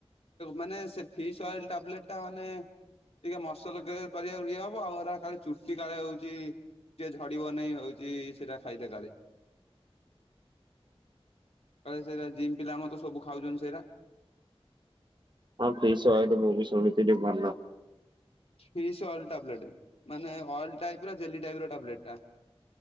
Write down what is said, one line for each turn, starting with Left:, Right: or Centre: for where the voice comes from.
Left: ମାନେ ସେ ଫିସ୍ ଅଏଲ ଟାବ୍ଲେଟ ଟା ମାନେ ଟିକେ ମସଲ ଗ୍ରେ କରିବାକୁ ଇଏ ହବ ଆଉ ହେଟା କାଳେ ଚୁଟି କାଳେ ହଉଛି ଟେ ଝଡିବ ନେଇ ହଉଛି ସେଟା ଖାଇଲେ କାଳେ। କ ସେଇଟା ଜିମ୍ ପିଲା ମାନେ ସବୁ ଖାଉଛନ୍ତି ସେଇଟା।
Right: ହଁ ଫିସ୍ ଅଏଟ୍ ମୁଁ ବି ଶୁଣିଥିଲି ଭଲ।
Left: ଫିସ୍ ଅଏଲ୍ ଟାବ୍ଲେଟ୍, ମାନେ ଅଏଲ ଟାଇପ୍ ର ଜେଲି ଟାଇପ୍ ର ଟାବ୍ଲେଟ୍ ଟା।